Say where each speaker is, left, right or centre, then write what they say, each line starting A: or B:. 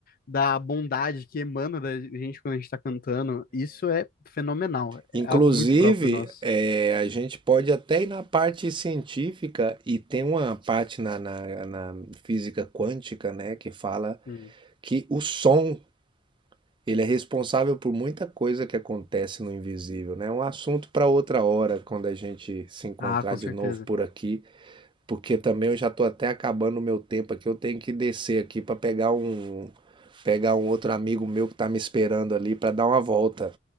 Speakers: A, on the left; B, on the right.
A: da bondade que emana da gente quando a gente tá cantando, isso é fenomenal. É
B: Inclusive,
A: algo muito próprio nosso.
B: é a gente pode até ir na parte científica e tem uma parte na, na, na física quântica, né, que fala
A: Hum.
B: que o som ele é responsável por muita coisa que acontece no invisível, né? É um assunto para outra hora, quando a gente se encontrar
A: Ah, com
B: de
A: certeza.
B: novo por aqui. Porque também eu já tô até acabando o meu tempo aqui. Eu tenho que descer aqui para pegar um pegar um outro amigo meu que tá me esperando ali para dar uma volta.